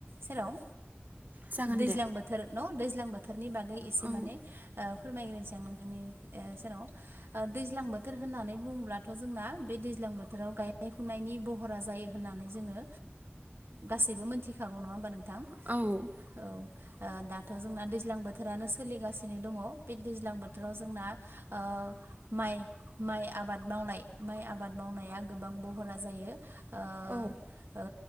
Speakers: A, on the right; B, on the right.
A: सेराव।
B: जागोन
A: दैज्लां
B: दे
A: बोथोर न' दैज्लां बोथोरनि बागै एसे
B: औ
A: माने ओ फोरमायग्रोसै आं नोंथांनि ओ सेराव ओ दैज्लां बोथ बोथोर होननानै बुङोब्लाथ' जोंना बे दैज्लां बोथोराव गायनाय फुनायनि बहरा जायो होननानै जोङो गासैबो मोनथिखागौ नङा होमबा नोंथां।
B: औ।
A: औ दाथ' जोंना दैज्लां बोथोरानो सोलिगासिनो दङ बे दैज्लां बोथोराव जोंना ओ माइ। माइ आबाद मावनाय माइ आबाद मावनाया गोबां बहरा जायो ओ।
B: औ